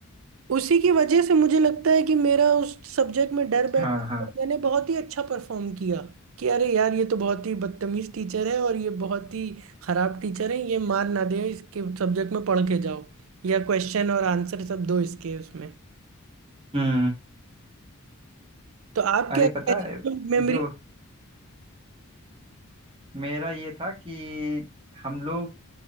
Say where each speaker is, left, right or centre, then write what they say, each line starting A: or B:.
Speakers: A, on the right; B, on the right.
A: उसी की वजह से मुझे लगता है कि मेरा उस सब्जेक्ट में डर बैठ
B: हाँ
A: गया।
B: हाँ
A: मैंने बहुत ही अच्छा परफॉर्म किया कि अरे यार ये तो बहुत ही बदतमीज टीचर है और ये बहुत ही खराब टीचर है ये मार ना दे इसके सब्जेक्ट में पढ़ के जाओ या क्वेश्चन और आंसर सब दो इसके उसमें
B: हम्म
A: तो आप
B: अरे
A: क्या
B: पता है
A: मेमोरी
B: यो मेरा ये था कि हम लोग